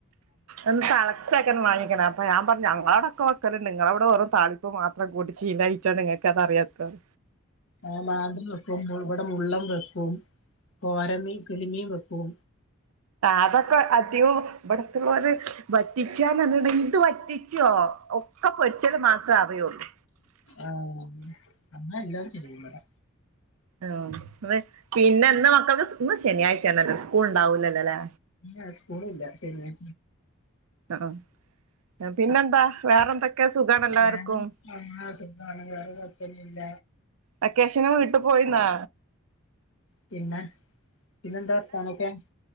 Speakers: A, on the right; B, on the left.
A: ഒന്ന്തിളച്ചക്കൻ വാങ്ങിക്കണ അപ്പൊ ഞാൻ പറഞ്ഞു ഞങ്ങളോടൊക്കെ നിങ്ങളവിടെ വെറും താളിപ്പ് മാത്രം കൂടി ഷീലായിട്ടാണ് ആായിട്ടാണ് നിങ്ങക്ക് അത അറിയാത്തത്
B: ആഹ് മാന്തള് വെക്കും. ഇവിടെ മുള്ളം വെക്കും കോരമീ കിളിമീം വെക്കും
A: അതൊക്കെ അധികോം ഇവിടത്ത്ള്ളോര് വറ്റിച്ചാനർഞ്ഞ്‌ണ്ടെങ്കി ഇത് വറ്റി ച്ചോ ഒക്കെ പൊര്ച്ചത് മാത്രം അറിയുള്ളൂ
B: ആഹ് അങ്ങള് എല്ലാരും ചെയ്യും വടെ
A: ആഹ് അതെ പിന്നെ ഇന്ന് മക്കൾക്ക് സ് ഇന്ന് ശനിയാഴ്ചയാണല്ലോ സ്കൂൾ ഉണ്ടാവൂലല്ലേലെ
B: ആഹ് സ്കൂള് ഇല്ല ശനിയ
A: ആഹ് പിന്നെ എന്താ വേറെന്തൊക്കെ സുഖാണോ എല്ലാർക്കും
B: വേഗം ആഹ് സുഖാണ് വേറെ കൊയ്പ്പൊന്നും ഇല്ല
A: വെക്കേഷന് വീട്ടു പോയിന്നാ
B: പിന്നെ പിന്നെന്താ വർത്താനൊക്കെ